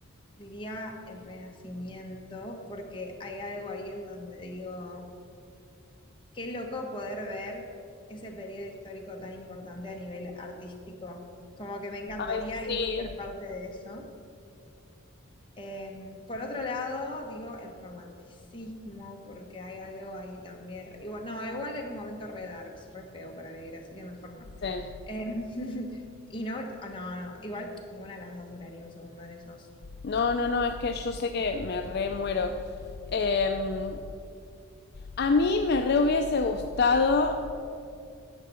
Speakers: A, on the left; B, on the left.
A: diría el Renacimiento, porque hay algo ahí en donde digo, qué loco poder ver ese periodo histórico tan importante a nivel artístico. Como que me encantaría
B: Ay, sí,
A: ir a ser parte de eso. Em, por otro lado, digo el romanticismo, porque hay algo ahí también. Igual, no, igual era un momento re darks, re feo para vivir, así que mejor no.
B: sí.
A: Em, <laughs> y no, ah, no, no, igual ninguna de las dos duraría un segundo en esos.
B: No, no, no, es que yo sé que me re muero. Em, a mí me re hubiese gustado